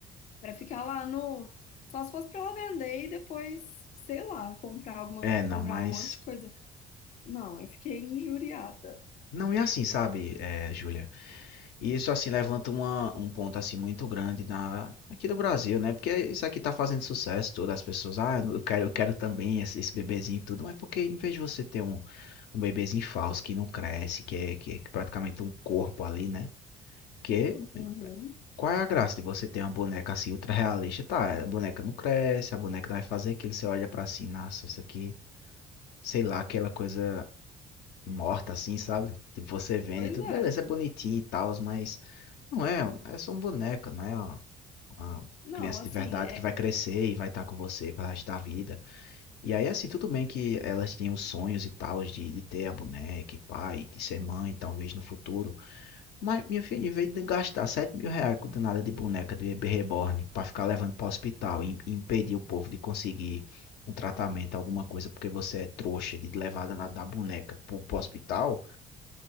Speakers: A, on the left; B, on the left.
A: pra ficar lá no, só se fosse pra ela vender e depois, sei lá, comprar alguma,
B: É, não,
A: comprar
B: mas.
A: um monte de coisa. Não, eu fiquei injuriada.
B: Não é assim, sabe, é, Júlia? E isso, assim, levanta uma- um ponto, assim, muito grande na, aqui no Brasil, né? Porque isso aqui tá fazendo sucesso, todas as pessoas, ah, eu quero, eu quero também esse, esse bebezinho e tudo, mas porque em vez de você ter um, um bebezinho falso que não cresce, que é, que é praticamente um corpo ali, né? Que
A: Uhum.
B: qual é a graça de você ter uma boneca assim ultra realista? Tá, a boneca não cresce, a boneca não vai fazer aquilo, você olha pra si, nossa, isso aqui, sei lá, aquela coisa morta, assim, sabe? Tipo, você vende
A: Pois
B: e tudo, beleza,
A: é.
B: é bonitinho e tal, mas não é, é só um boneco, né? É uma, uma
A: Não,
B: criança
A: assim,
B: de verdade
A: é,
B: que vai crescer e vai estar com você para resto da vida. E aí, assim, tudo bem que elas tinham os sonhos e tal de, de ter a boneca e pai, de ser mãe, talvez no futuro. Mas, minha filha, em vez de gastar sete mil reais com danada de boneca de bebê reborn para ficar levando para o hospital e e impedir o povo de conseguir um tratamento, alguma coisa, porque você é trouxa de levar a danada da boneca para o hospital,